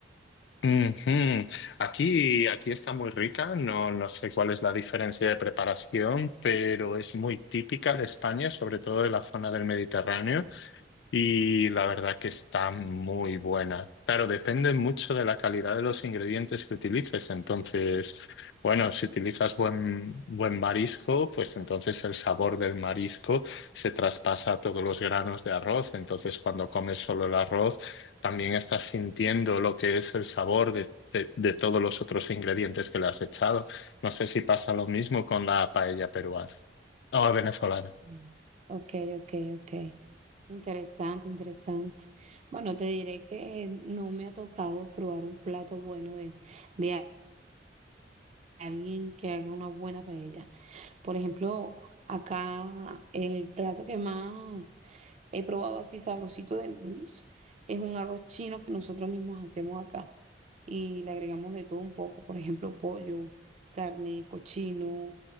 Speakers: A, on the left; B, on the right.
A: Ujú. Aquí, aquí está muy rica, no, no sé cuál es la diferencia de preparación, pero es muy típica de España, sobre todo de la zona del Mediterráneo. Y la verdad que está muy buena. Claro, depende mucho de la calidad de los ingredientes que utilices. Entonces, bueno, si utilizas buen, buen marisco, pues entonces el sabor del marisco se traspasa a todos los granos de arroz. Entonces, cuando comes solo el arroz, también estás sintiendo lo que es el sabor de, de de todos los otros ingredientes que le has echado. No sé si pasa lo mismo con la paella peruana o venezolana.
B: Mm. Ok, ok, ok. Interesante, interesante. Bueno, te diré que no me ha tocado probar un plato bueno de, de alguien que haga una buena paella. Por ejemplo, acá el plato que más he probado así sabrosito del año es un arroz chino que nosotros mismos hacemos acá y le agregamos de todo un poco, por ejemplo, pollo, carne, cochino,